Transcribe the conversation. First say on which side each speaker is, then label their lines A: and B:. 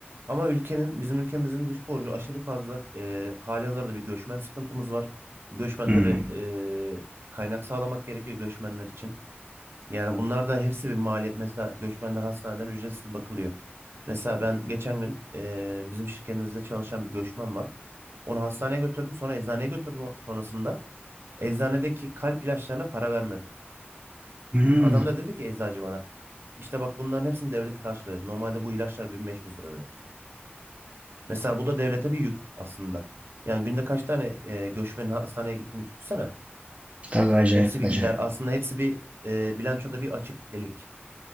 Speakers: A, on the right; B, on the right.
A: Ama ülkenin, bizim ülkemizin dış borcu aşırı fazla. E, hali hazırda bir göçmen sıkıntımız var. Bu Göçmenlere
B: Hı.
A: e, kaynak sağlamak gerekiyor göçmenler için. Yani bunlar da hepsi bir maliyet. Mesela göçmenler hastaneden ücretsiz bakılıyor. Mesela ben geçen gün e, bizim şirketimizde çalışan bir göçmen var. Onu hastaneye götürdüm, sonra eczaneye götürdüm o- sonrasında. Eczanedeki kalp ilaçlarına para vermedi.
B: Hmm,
A: Adam da dedi ki eczacı bana, işte bak bunların hepsini devlet karşılıyor. Normalde bu ilaçlar 1500 lira Mesela bu da devlete bir yük aslında. Yani günde kaç tane e, göçmenin hastaneye gittiğini düşünsene.
B: tabii acayip
A: Hepsi bir
B: acayip.
A: gider. Aslında hepsi bir e, bilançoda bir açık delik.